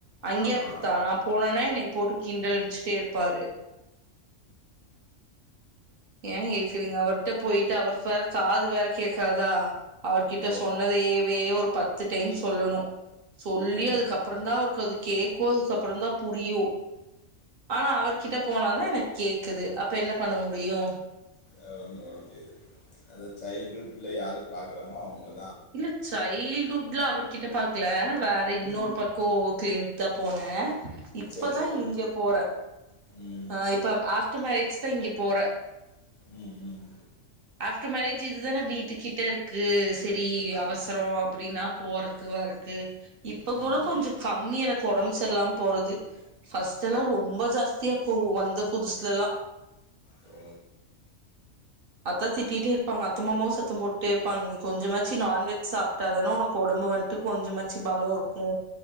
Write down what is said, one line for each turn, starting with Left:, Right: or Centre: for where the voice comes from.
Right: அங்கய
Left: ஆமாம்
Right: அப்டித்தா நா போனனா என்னை போட்டு கிண்டல் அடிச்சுட்டே இருப்பாரு ஏ கேக்குறீங்க அவர்ட்ட போயிட்டு அவருக்கு வேற காது வேற கேக்காதா அவர்கிட்ட
Left: ஓ
Right: சொன்னதையவே ஒரு பத்து டைம் சொல்லணு சொல்லி
Left: ம்
Right: அதுக்கப்புறந்தா அவருக்கு அது கேக்கு அதுக்கப்புறந்தா புரியு ஆனா அவர்கிட்ட போனாதா எனக் கேக்குது அப்ப என்ன பண்ண முடியு
Left: அ ஒண்ணு பண்ண முடியாது அத சைல்டுவுட்ல யார பாக்கறோமோ அவங்களு
Right: இல்ல சைல்டுவுட்ல அவர்கிட்ட பாக்கல வேற இன்னொரு
Left: ம்
Right: பக் கோ கிளினிக்தா போன இப்பதா
Left: சரி சரி
Right: இங்க போற
Left: ம்
Right: ஆ இப்ப நம் ஆஃப்டர் மேரேஜ் தா இங்க போற
Left: ம் ம்
Right: ஆஃப்டர் மேரேஜ் இதுதான வீட்டுக்கிட்ட இருக்கு செரி
Left: அது
Right: அவசர அப்டினா போறக்கு வரக்கு இப்ப
Left: ம்
Right: கூட கொஞ்ச கம்மி எனக்கு ஒடம்பு சரியிலாம போறது ஃபஸ்டல்லா ரொம்ப ஜாஸ்தியா போகு வந்த புதுசுலல்லா
Left: ஓ
Right: அத்தா திட்டிட்டே இருப்பாங்க அத்த மாமாவு சத்த போட்டே இருப்பாங்க நீ கொஞ்சமாச்சு நான்வெஜ் சாப்டாதானா உனக்கு ஒடம்பு வன்ட்டு கொஞ்சமாச்சு பலோ இருக்கு